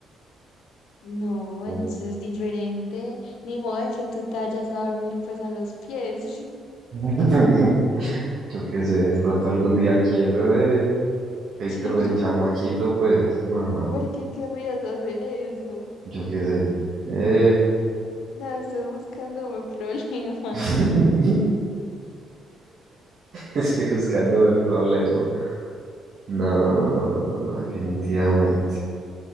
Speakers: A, on the left; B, on the right.
A: no,
B: Oh.
A: entonces es diferente. Ni modo de que tú te vayas a dormir pues a los pies.
B: <laughs> Yo qué sé, de pronto algún día quiero, ¿eh? Hater
A: <laughs>
B: del chamaquito, pues, no,
A: ¿Por qué querrías hacer eso?
B: yo qué sé, ¿eh?
A: No, estás buscándome <laughs> problema.
B: <laughs> Es que buscándome problema. No, no, no, no, no, no, no, definitivamente.